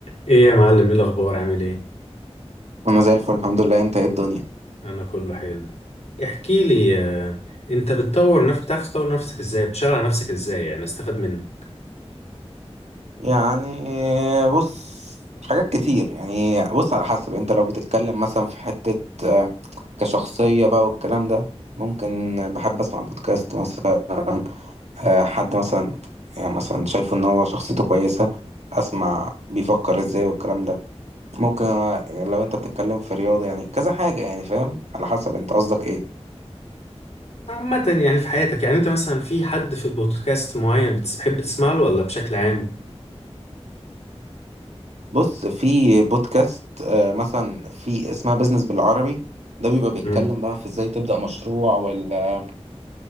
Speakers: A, on the left; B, on the right.
A: ايه يا معلم ايه الاخبار عامل ايه
B: انا زي الفل الحمد لله انت ايه الدنيا
A: انا كله حلو احكي لي آه، انت بتطور نفسك بتعرف تطور نفسك ازاي بتشتغل على نفسك ازاي يعني استفاد منك
B: يعني بص حاجات كتير يعني بص على حسب انت لو بتتكلم مثلا في حتة آه، كشخصية بقى والكلام ده ممكن بحب اسمع بودكاست مثلا آه، حد مثلا يعني مثلا شايفه ان هو شخصيته كويسة اسمع بيفكر ازاي والكلام ده ممكن آه، لو انت بتتكلم في رياضة يعني كذا حاجة يعني فاهم على حسب انت قصدك ايه
A: عامة يعني في حياتك يعني انت مثلا في حد في البودكاست معين بتحب تسمع له ولا بشكل عام
B: بص في بودكاست آه، مثلا في اسمها بيزنس بالعربي ده بيبقى بيتكلم
A: مم.
B: بقى في ازاي تبدأ مشروع ولا